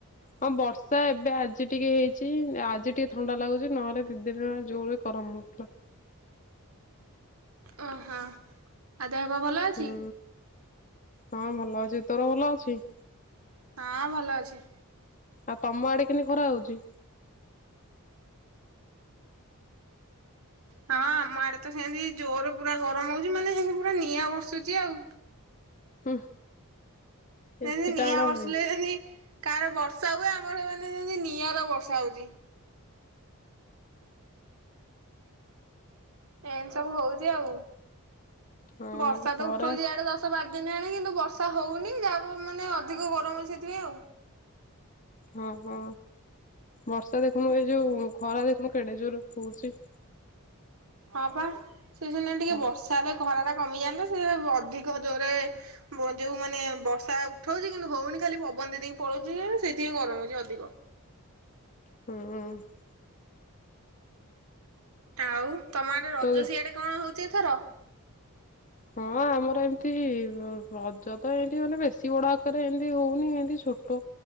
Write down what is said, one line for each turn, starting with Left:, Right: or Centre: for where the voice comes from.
Left: ହଁ ବର୍ଷା ଏବେ ଆଜି ଟିକେ ହେଇଛି ଆଜି ଟିକେ ଥଣ୍ଡା ଲାଗୁଛି ନହେଲେ ଦି ଦିନ ହେଲା ଜୋରେ ଗରମ ହୋଉଥିଲା।
Right: ଓ ହଁ ଆ ଦେହପା ଭଲ ଅଛି?
Left: ହୁଁ ହଁ ଭଲ ଅଛି ତୋର ଭଲ ଅଛି?
Right: ହଁ ଭଲ ଅଛି।
Left: ଆ ତମ ଆଡ଼େ କେମି ଖରା ହୋଉଚି?
Right: ହଁ ଆମ ଆଡ଼େ ତ ସେନ୍ତି ଜୋରେ ପୁରା ଗରମ ହୋଉଚି ମାନେ ଯେମିତି ପୁରା ନିଆଁ ବର୍ଷୁଛି ଆଉ।
Left: ହୁଁ।
Right: ଯେମିତି
Left: ଏସି
Right: ନିଆଁ
Left: ଟା ଆଣ
Right: ବର୍ଷିଲେ
Left: ହେରି
Right: ଯେମିତି କାହାର ବର୍ଷା ହୁଏ ଆମର ମାନେ ଯେମିତି ନିଆଁର ବର୍ଷା ହଉଚି। ଏନ ସବୁ ହୋଉଚି ଆଉ
Left: ହଁ
Right: ବର୍ଷା
Left: ଖରା
Right: ତ ଉଠଉଛି ଇଆଡ଼େ ଦଶ ବାର ଦିନ ହେଲାଣି କିନ୍ତୁ ବର୍ଷା ହୋଉନି ଯାହା ପ ମାନେ ଅଧିକ ଗରମ ସେଇଥିପାଇଁ ଆଉ।
Left: ହଁ ହଁ ବର୍ଷା ଦେଖୁନୁ ଏଇ ଯୋଉ ଖରା ଦେଖୁନୁ କେଡ଼େ ଜୋରେ ହୋଉଚି।
Right: ହଁ ପା ସେ ସିନା ଟିକେ
Left: କଣ
Right: ବର୍ଷା ହେଲେ ଖରାଟା କମିଯାଆନ୍ତା ସେ ଅଧିକ ଜୋରେ ବ ଯୋଉ ମାନେ ବର୍ଷା ଉଠଉଛି କିନ୍ତୁ ହୋଉନି ଖାଲି ପବନ ଦେଇ ଦେଇକି ପଳଉଛି ଯେ ସେଇଥିପାଇଁ ଗରମ ହୋଉଚି ଅଧିକ।
Left: ହୁଁ।
Right: ଆଉ ତମ ଆଡ଼େ ରଜ
Left: ତୋ
Right: ସିଆଡ଼େ କଣ ହୋଉଚି ଏଥର?
Left: ହଁ ଆମର ଏମିତି ରଜ ତ ଏନ୍ତି ମାନେ ବେଶୀ ବଡ଼ ଆକାରରେ ଏମତି ହୋଉନି ଏମିତି ଛୋଟ